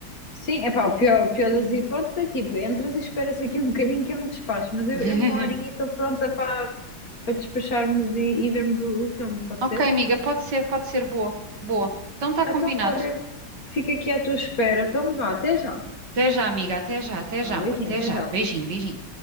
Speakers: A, on the left (about 50°); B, on the right (about 65°).
A: Sim, é pá, o pior, pior das hipóteses é tipo, entras e esperas aqui um bocadinho que eu me despacho, mas eu,
B: <laughs>
A: eu uma horinha e estou pronta para para despacharmos e, e vermos o, o filme, pode
B: Ok,
A: ser?
B: amiga, pode ser, pode ser. Boa. Boa. Então tá
A: Então,
B: combinado.
A: olha, fica aqui à tua espera, então vá, até já.
B: Até já, amiga. Até já, até
A: Ah,
B: já,
A: beijinho,
B: amor. Até
A: até
B: já.
A: já.
B: Beijinho, beijinho.